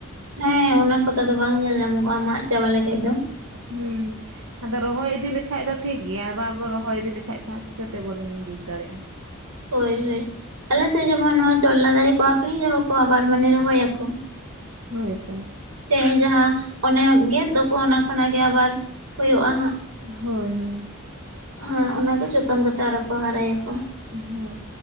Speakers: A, on the right; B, on the right.
A: ᱦᱮᱸ ᱚᱱᱟ ᱠᱚᱫᱚ ᱟᱫᱚ ᱵᱟᱝ ᱧᱮᱞ ᱧᱟᱢᱚᱜ-ᱟ ᱢᱟᱜ ᱪᱟᱵᱟ ᱞᱮᱠᱷᱟᱡ ᱫᱚ ᱾
B: ᱦᱩᱸ ᱟᱫᱚ ᱨᱚᱦᱚᱭ ᱤᱫᱤ ᱞᱮᱠᱷᱟᱡ ᱫᱚ ᱴᱷᱤᱠ ᱜᱮᱭᱟ ᱵᱟᱵᱚᱱ ᱨᱚᱦᱚᱭ ᱤᱫᱤ ᱞᱮᱠᱟᱡ ᱫᱚ ᱦᱟᱸᱜ ᱪᱤᱠᱟᱹᱛᱮ ᱵᱚᱱ ᱵᱩᱡᱽ ᱫᱟᱲᱮᱭᱟᱜᱼᱟ ᱾
A: ᱦᱚᱭ ᱦᱚᱭ ᱟᱞᱮ ᱥᱮᱡ ᱡᱮᱢᱚᱱ ᱱᱚᱣᱟ ᱪᱚᱞᱞᱟ ᱫᱟᱨᱮ ᱠᱚ ᱟᱠᱷᱨᱤᱧ ᱨᱮᱦᱚᱸ ᱠᱚ ᱟᱵᱟᱨ ᱢᱟᱱᱮ ᱠᱚ ᱨᱚᱦᱚᱭᱟ ᱠᱚ ᱾
B: ᱦᱚᱭ ᱛᱚ ᱾
A: ᱥᱮ ᱡᱟᱦᱟᱸ ᱚᱱᱮ ᱜᱮᱫ ᱫᱚ ᱠᱚ ᱚᱱᱟ ᱠᱷᱚᱱᱟᱜ ᱜᱮ ᱟᱵᱟᱨ ᱦᱩᱭᱩᱜᱼᱟ ᱦᱟᱸᱜ ᱾
B: ᱦᱚᱭ ᱦᱚᱭ
A: ᱦᱮᱸ ᱚᱱᱟ ᱜᱮ ᱡᱚᱛᱚᱱ ᱠᱟᱛᱮᱜ ᱟᱨᱚ ᱠᱚ ᱦᱟᱨᱟᱭᱟ ᱠᱚ ᱾
B: ᱦᱚᱭ ᱾